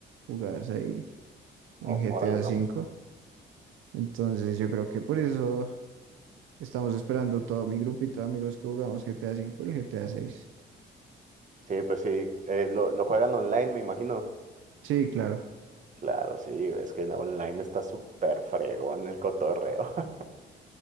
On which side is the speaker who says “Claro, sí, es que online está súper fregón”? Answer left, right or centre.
Right